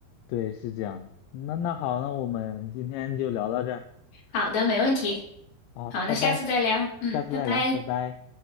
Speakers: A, on the left; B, on the left.
A: 对，是这样的。那那好，那我们今天就聊到这儿，
B: 好的，没问题。
A: 好，
B: 好，
A: 拜拜，
B: 那下次再聊。嗯，
A: 下次再聊，
B: 拜拜。
A: 拜拜。